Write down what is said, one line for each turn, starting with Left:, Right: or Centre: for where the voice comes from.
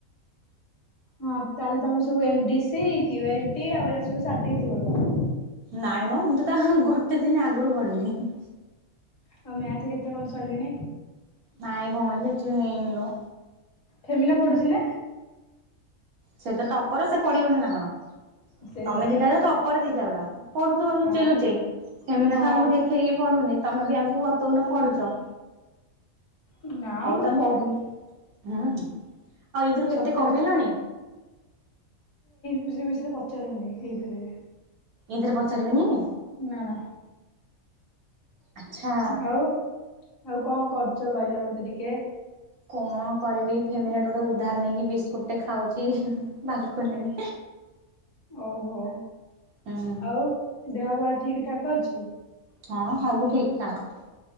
Left: ହଁ ତାହେଲେ ତମେ ସବୁ ଏମ ଡି ସି ଜ୍ଞୁଅରଟି ଏଟା ସବୁ ସାରି ଦେଇ ଥିବ ତ?
Right: ନାଇଁ ମ ମୁଁ ତ ତା ଗୋଟେ ଦିନ ଆଗରୁ ପଢିବି ।
Left: ଆଉ ମେଥ କେତେ କଣ ସଇଲାଣି?
Right: ନାଇଁ ଭଉଣୀ କିଛି ହେଇନି ଲ।
Left: ଫେମିନା ପଡ଼ୁଛି ନା।
Right: ସେ ତ ଟପର ସେ ପଡିବନି ନା କଣ?
Left: ସେଇ
Right: ତମେ
Left: କଥା
Right: ଦିଟା ଯ ଟପର ଦିଟା ଯା ଡ଼ାଉ ପଢୁଥିବ ଲୁଚାଇ
Left: ହଁ
Right: ଲୁଚାଇ। ଏମିନା
Left: ହଁ।
Right: ତ ଆମକୁ ଦେଖେଇକି ପଢୁନି। ତମେ ବି ଆମକୁ ବତଉନ ପଡୁଛ?
Left: ନା
Right: ହଉ
Left: ମୁଁ
Right: ତମେ,
Left: ପଢୁନି
Right: ହୁଁ ହୁଁ। ଆଉ ଏଇଥିରୁ କେତେ
Left: ସତରେ
Right: କମେଇଲଣି?
Left: ମି ମିଶରେ ପଚାରୁନି ଏଇଥିରେ
Right: ଏଥିରେ ପହଚାରିବେନି?
Left: ନା ନା।
Right: ଆଚ୍ଛା।
Left: ଆଉ ଆଉ କଣ କରୁଚ କହିଲ ମତେ ଟିକେ?
Right: କଣ କରିବି ଏଇ ଫ୍ୟାମିଲିଟେ ଗୋଟେ ଉଦ୍ଧାହରଣ ହେଇକି ବିସ୍କୁଟଟେ ଖାଉଚି ବାଲକୋନିରେ।
Left: ଓହୋ।
Right: ହୁଁ
Left: ଆଉ ଦେହ ଭାର ଠିକ ଠାକ ଅଛି?
Right: ହଁ। ସବୁ ଠିକ ଠାକ।